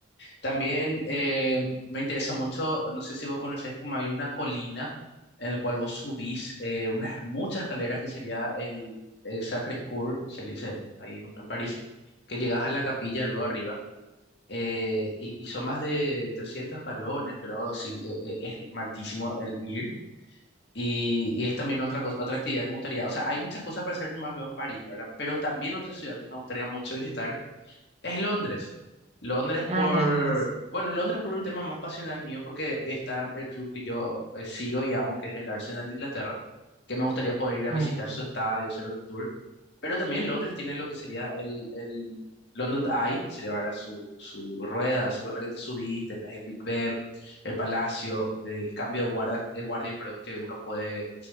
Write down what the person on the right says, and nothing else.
a
Londres.
Ah.